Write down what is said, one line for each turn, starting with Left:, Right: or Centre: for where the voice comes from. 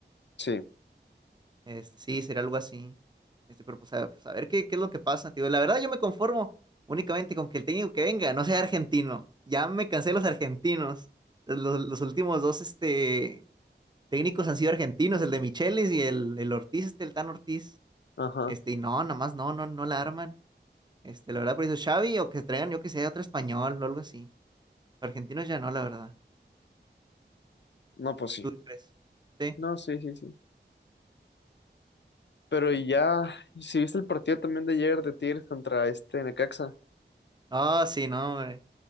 Left: Sí,
Right: Este, sí, sería algo así. Este, pero pues a, saber qué, qué es lo que pasa, tío. La verdad, yo me conformo únicamente con que el técnico que venga no sea argentino. Ya me cansé de los argentinos. Los, los últimos dos, este. técnicos han sido argentinos, el de Michelis y el, el Ortiz, este, el Tan Ortiz.
Left: ajá.
Right: Este, y no, nada más no, no, no la arman. Este, la verdad, por eso Xavi o que traigan, yo que sé, otro español o algo así. Argentinos ya no, la verdad.
Left: No, pues sí.
Right: ¿Tú qué crees? Sí.
Left: No, sí, sí, sí. Pero
Right: Sí.
Left: ya, si viste el partido también de ayer de Tigres contra este Necaxa.
Right: Ah, sí, no, hombre.